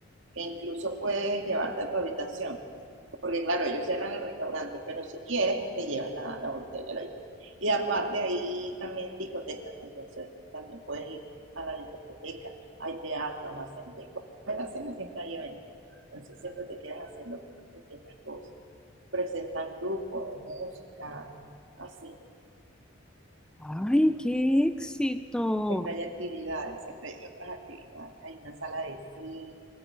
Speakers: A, on the right; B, in the centre.
A: que incluso puedes llevarte a tu habitación, porque claro, ellos cierran el restaurante, pero si quieres, te llevan la, la botella a la habitación. Y aparte ahí también discotecas, entonces también puedes ir a la discoteca, hay teatros, hacen después de la cena siempre hay eventos, entonces siempre te quedas haciendo distintas cosas. Presentan grupos de música, así.
B: Ay, qué éxito,
A: Siempre hay actividades, siempre hay otras actividades. Hay una sala de cine,